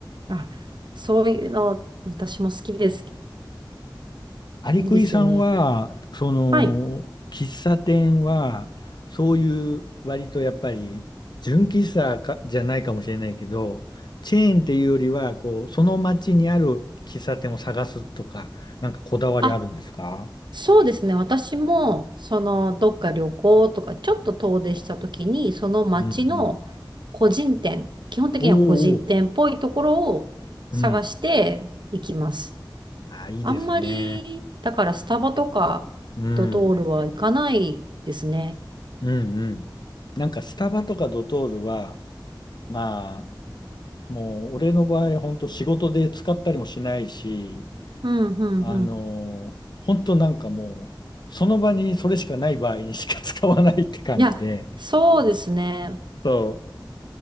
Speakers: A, on the right (about 65°); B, on the left (about 60°).
A: あ、そういうの、私も好きです。
B: アリクイさんは、
A: いいですよね。
B: その、
A: はい。
B: 喫茶店は、そういう割とやっぱり、純喫茶かじゃないかもしれないけど、チェーンっていうよりは、こう、その街にある喫茶店を探すとか、なんかこだわりあるんですか
A: あそうですね。私も、その、どっか旅行とか、ちょっと遠出したときに、その街の個人店、
B: うんうん。
A: 基本的には個人店っぽいところを探していきます。
B: おーおー、うん。あ、いいですね。
A: あんまり、だからスタバとかドトールは行かないですね。
B: うん。うんうん。なんかスタバとかドトールは、まあ、もう俺の場合、本当仕事で使ったりもしないし、
A: うん、うん、
B: あの本当なんかもう、
A: うん。
B: その場にそれしかない場合にしか使わないって感じで。
A: いや、そうですね。
B: そう。